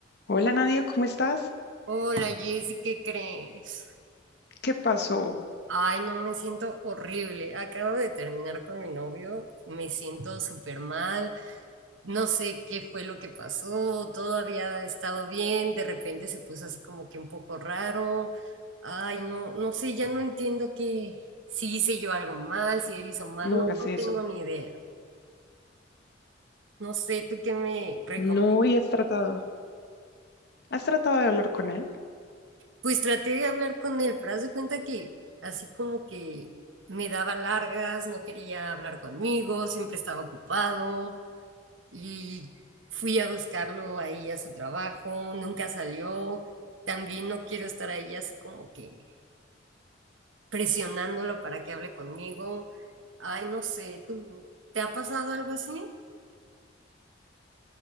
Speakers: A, on the left (about 55°); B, on the right (about 85°).
A: Hola Nadia, ¿cómo estás?
B: Hola Jessy, ¿qué crees?
A: ¿Qué pasó?
B: Ay, no, me siento horrible. Acabo de terminar con mi novio, me siento súper mal, no sé qué fue lo que pasó, todo había estado bien, de repente se puso así como que un poco raro. Ay, no, no sé, ya no entiendo que si hice yo algo mal, si él hizo mal,
A: No
B: no,
A: hagas
B: no
A: eso.
B: tengo ni idea. No sé, ¿tú qué me recomiendas?
A: No, y has tratado. ¿Has tratado de hablar con él?
B: Pues traté de hablar con él, pero haz de cuenta que así como que me daba largas, no quería hablar conmigo, siempre estaba ocupado y fui a buscarlo ahí a su trabajo, nunca salió. También no quiero estar ahí así como que presionándolo para que hable conmigo. Ay, no sé, ¿tú te ha pasado algo así?